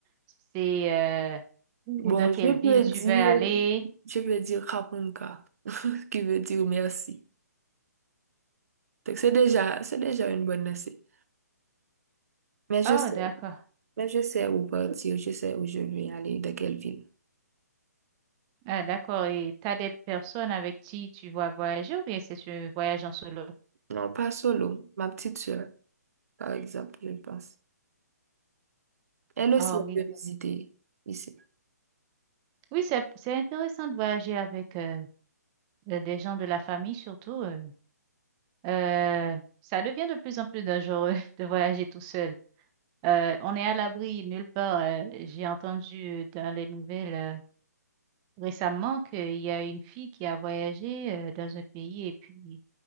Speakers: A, on the right; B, on the right.
A: tu sais euh, où,
B: Bon,
A: dans quelle
B: je
A: ville
B: peux
A: tu
B: dire,
A: vas aller.
B: je peux dire Kapunka, qui veut dire merci. Donc c'est déjà, c'est déjà une bonne lancée. Mais je
A: Oh,
B: sais,
A: d'accord.
B: mais je sais où partir, je sais où je vais aller, dans quelle ville.
A: Ah, d'accord, et t'as des personnes avec qui tu vas voyager ou bien c'est un voyage en solo?
B: Non, pas solo, ma petite soeur, par exemple, je pense. Elle aussi,
A: Ah
B: elle
A: oui.
B: peut visiter ici.
A: Oui, c'est c'est intéressant de voyager avec euh, euh, des gens de la famille surtout. euh, Euh, ça devient de plus en plus dangereux <laughs> de voyager tout seul. Euh, on est à l'abri nulle part. Euh, j'ai entendu dans les nouvelles euh, récemment qu'il y a une fille qui a voyagé euh, dans un pays et puis